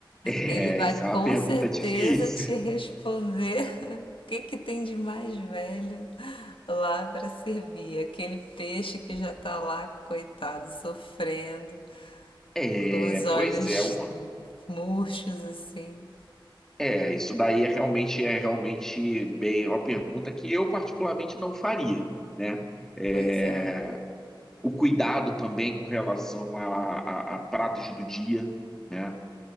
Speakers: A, in the centre; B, on the left.
A: é,
B: Ele vai
A: isso
B: com
A: é uma pergunta
B: certeza
A: difícil.
B: te responder <laughs> o que que tem de mais velho lá para servir. Aquele peixe que já tá lá, coitado, sofrendo,
A: É,
B: com os olhos
A: pois é, uma,
B: murchos assim.
A: é, isso daí é realmente é realmente bem é uma pergunta que eu particularmente não faria, né? É,
B: Pois é.
A: o cuidado também com relação a, a, a pratos do dia. Né?